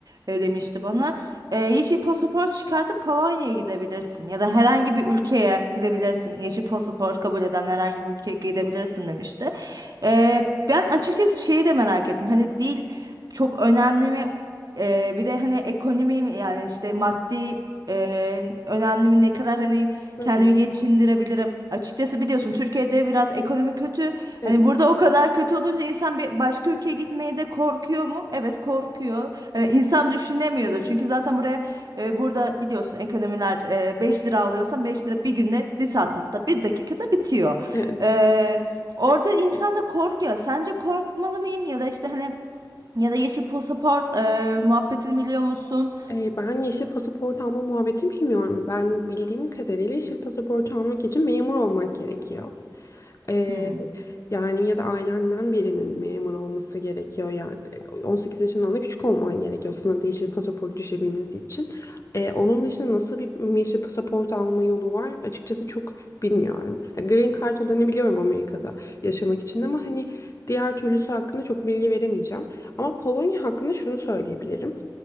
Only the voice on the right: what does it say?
e, demişti bana. Ee, yeşil pasaport çıkartıp Polonya'ya gidebilirsin ya da herhangi bir ülkeye gidebilirsin. Yeşil pasaport kabul eden herhangi bir ülkeye gidebilirsin demişti. Ee, ben açıkçası şeyi de merak ettim hani dil çok önemli mi? Ee, bir de hani ekonomi mi? yani işte maddi ee, önemli mi ne kadar hani
kendimi
geçindirebilirim. Açıkçası biliyorsun Türkiye'de biraz ekonomi kötü.
Hani burada o kadar kötü olunca insan bir başka ülkeye gitmeye de korkuyor mu? Evet korkuyor. Hani insan düşünemiyordu. Çünkü zaten buraya e, burada biliyorsun ekonomiler e, 5 lira alıyorsan 5 lira bir günde bir saatte hatta bir dakikada bitiyor.
Ee, orada insan da korkuyor. Sence korkmalı mıyım ya da işte hani ya da yeşil pasaport e, muhabbetini biliyor musun?
Hmm.